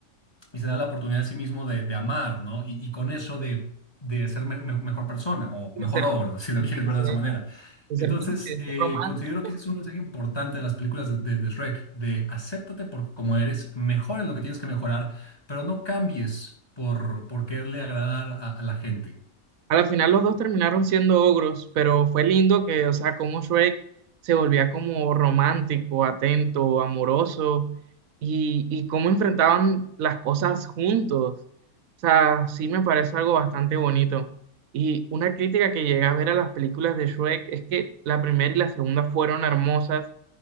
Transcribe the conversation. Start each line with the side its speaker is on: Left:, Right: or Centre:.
Left: y se da la oportunidad a sí mismo de, de amar, ¿no? Y, y con eso de, de ser me- me- mejor persona o
Right: de
Left: mejor
Right: ser
Left: ogro,
Right: cursi,
Left: <laughs> si lo quieres
Right: de
Left: ver
Right: ser,
Left: de esa manera.
Right: de
Left: Entonces,
Right: ser cursi, de ser
Left: eh,
Right: romántico.
Left: considero que ese es un mensaje importante de las películas de, de- de Shrek, de acéptate por como eres, mejora en lo que tienes que mejorar, pero no cambies por, por quererle agradar a, a la gente.
Right: A la final los dos terminaron siendo ogros, pero fue lindo que, o sea, como Shrek se volvía como romántico, atento, amoroso, y, y cómo enfrentaban las cosas juntos. O sea, sí me parece algo bastante bonito. Y una crítica que llegué a ver a las películas de Shrek es que la primera y la segunda fueron hermosas,